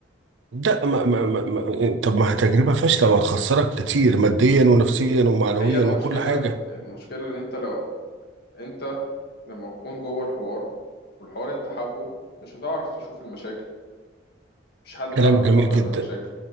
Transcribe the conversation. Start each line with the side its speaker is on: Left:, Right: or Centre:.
Right: ده ما ما ما ما- طب ما هي تجربة فاشلة وهتخسرك كتير ماديا ونفسيا ومعنويا
Left: هي المشكله
Right: وكل حاجة
Left: المشكله ان انت لو انت لما تكون جوه الحوار والحوار انت حابه مش هتعرف تشوف المشاكل مش حد بيعرف
Right: كلام جميل
Left: يفكر
Right: جدا
Left: في المشاكل